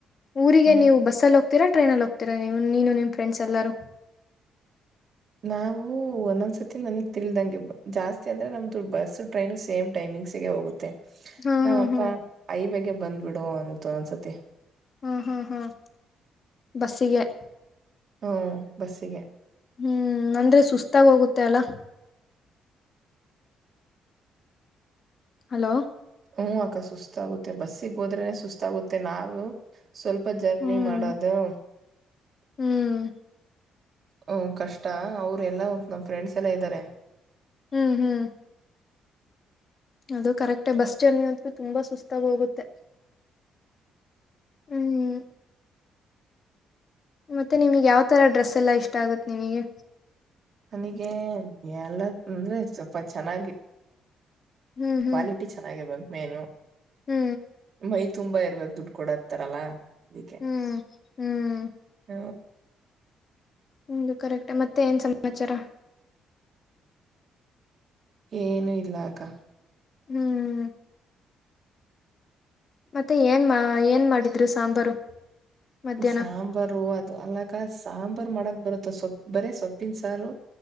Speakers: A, on the left; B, on the right.
A: ಊರಿಗೆ
B: ಹ್ಮ್
A: ನೀವು ಬಸ್ಸಲ್ಲ ಹೋಗ ತೀರ ಟ್ರೈನಲ್ಲಿ ಹೋಗ್ತಿರ ನೀನು ನಿಮ್ಮ ಫ್ರೆಂಡ್ಸ್ ಎಲ್ಲಾರೂ
B: ನಾವು ಒಂದೊಂದ್ಸತಿ ನನಗ್ ತಿಳದಂಗೆ ಜಾಸ್ತಿ ಅಂದ್ರೆ ನಮ್ದು ಬಸು ಟ್ರೈನು ಸೇಮ್ ಟೈಮಿಂಗ್ಸಗೆ ಹೋಗುತ್ತೆ ತ್ತೆ
A: ಹಾ
B: ನಮ್ಮ
A: ಹಾ
B: ಅಪ್ಪ
A: ಹಾ
B: ಐವೇಗ ಬಂದ್ಬಿಡು ಅನ್ನುತ್ತೆ ಒಂದ್ ಒಂದ್ ಸತಿ
A: ಹ್ಮ್ ಹ್ಮ್ ಹ್ಮ್ ಬಸ್ಸಿಗೆ
B: ಹ್ಮ್ ಬಸ್ಸಿಗೆ
A: ಹ್ಮ್ ಅಂದ್ರೆ ಸುಸ್ತಾಗ ಹೋಗುತ್ತೆ ಅಲ್ಲಾ ಹಲೋ
B: ಹ್ಮ್ ಅಕ್ಕ ಸುಸ್ತಾಗುತ್ತೆ ಬಸ್ಸಿಗೆ ಹೋದ್ರೆನೆ ಸುಸ್ತಾಗುತ್ತೆ ನಾವು ಸ್ವಲ್ಪ ಜರ್ನಿ
A: ಹ್ಮ್
B: ಮಾಡದು
A: ಹ್ಮ್
B: ಹ್ಮ್ ಕಷ್ಟ ಅವ್ರು ಎಲ್ಲ ನಮ್ಮ ಫ್ರೆಂಡ್ಸ್ ಎಲ್ಲ ಇದ್ದಾರೆ
A: ಹ್ಮ್ ಹ್ಮ್ ಅದು ಕರೆಕ್ಟ ಬಸ್ ಜರ್ನಿ ಅಂತೂ ತುಂಬಾ ಸುಸ್ತಾಗ ಹೋಗುತ್ತೆ
B: <unintelligible>
A: ಹ್ಮ್ ಮತ್ತೆ ನಿಮಗ್ ಯಾವ ತರ ಡ್ರೆಸ್ ಎಲ್ಲಾ ಇಷ್ಟ ಆಗುತ್ತೆ ನಿನಿಗೆ
B: ನನಿಗೆ ಎಲ್ಲ ಅಂದ್ರೆ ಸ್ವಲ್ಪ ಚೆನ್ನಾಗಿ
A: ಹ್ಮ್ ಹ್ಮ್
B: ಕ್ವಾಲಿಟಿ ಚೆನ್ನಾಗಿರಬೇಕ ಮೇನು
A: ಹ್ಮ್
B: ಮೈ ತುಂಬಾ ಇರಬೇಕ್ ದುಡ್ಡು ಕೊಡತ್ತಾರಲ್ಲ ಇದಕ್ಕೆ
A: ಹ್ಮ್ ಹ್ಮ್
B: ಹ
A: ನಿಮ್ದು ಕರೆಕ್ಟೆ ಮತ್ತೆ ಏನ್ ಸಮಾಚಾರ
B: ಏನು ಇಲ್ಲ ಅಕ್ಕ.
A: ಹ್ಮ್ ಮತ್ತೆ ಏನ್ ಮಾ ಏನ್ ಮಾಡಿದ್ರು ಸಾಂಬಾರು. ಮಧ್ಯಾಹ್ನ
B: ಸಾಂಬಾರು ಅದು ಅಲ್ಲಕ್ಕ ಸಾಂಬಾರು ಮಾಡಕ್ ಬರುತ್ತ ಸೊಪ್ಪ ಬರೇ ಸೊಪ್ಪಿನ ಸಾರು.